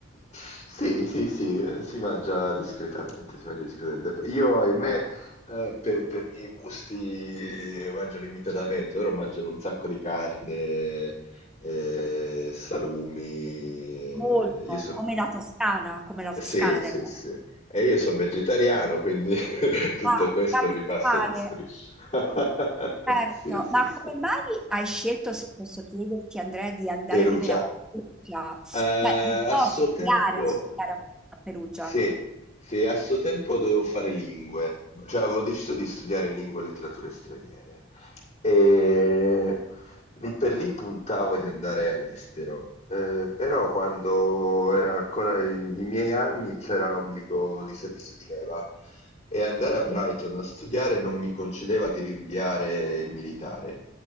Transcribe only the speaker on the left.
Sì, sì, sì, eh, si mangia discretamente, si mangia discretamente. Io, ahimè, eh, per, per i miei gusti mangio limitatamente, loro mangiano un sacco di carne, eh, salumi. eh,
Io sono
sì,
sì,
sì. E io sono
vegetariano, quindi <laughs> tutto
questo
mi passa di striscia. <laughs>
Sì, sì,
sì.
Perugia.
Eh,
a
suo
tempo
sì, sì, a suo tempo dovevo fare lingue, cioè avevo deciso di studiare lingue e letterature straniere e lì per lì puntavo di andare all'estero, Eh, però quando era ancora i, i miei anni c'era l'obbligo di servizio di leva e andare a Brighton a studiare non mi concedeva di rinviare il militare.